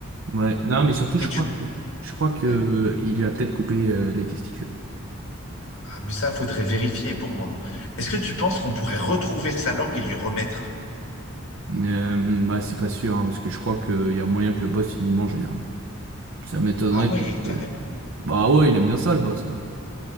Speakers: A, on the right; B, on the left.
A: Ouais. Non, mais surtout, je
B: Mais
A: crois
B: tu,
A: que je crois que euh,
B: ouais.
A: il lui a peut-être coupé euh, les testicules.
B: Ah, mais ça, faudrait vérifier pour moi. Est-ce que tu penses qu'on pourrait retrouver sa langue et lui remettre?
A: Euh, bah c'est pas sûr, hein, parce que je crois qu'il y a moyen que le boss il les mangeait. hein. Ça m'étonnerait
B: Ah
A: qu'il.
B: ouais, carrément.
A: euh, Bah ouais, il aime bien ça le boss. hein.